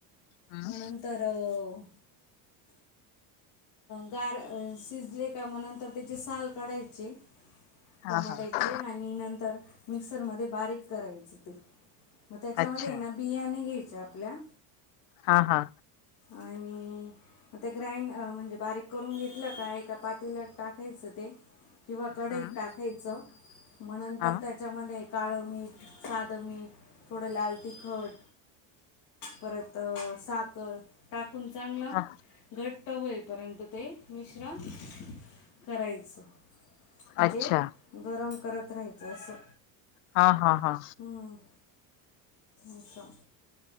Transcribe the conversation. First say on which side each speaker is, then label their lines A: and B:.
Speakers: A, on the left (about 75°); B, on the left (about 45°).
A: हम्म
B: म नंतर अ गार शिजले का म नंतर त्याची साल काढायचे टमाट्याचे
A: हा हा
B: आणि नंतर मिक्सरमध्ये बारीक करायचं ते मग त्याच्यामध्ये
A: अच्छा
B: ना बिया नाही घ्यायच्या आपल्या.
A: हा- हा.
B: आणि मग ते ग्राईंड म्हणजे बारीक करून घेत घेतलं का एक पाटील्यांत टाकायचं ते किंवा कडई
A: हम्म
B: टाक टाकायचं म नंतर
A: हा
B: त्याच्यामध्ये काळं मीठ, साधं मीठ, थोडं लाल तिखट परत साखर टाकून चांगलं
A: हा
B: घट घाट होई पर्यंत ते मिश्रण करायचं म्हणजे
A: अच्छा
B: गरम करत राहायचं असं.
A: हा - हा -हा.
B: हम्म अस.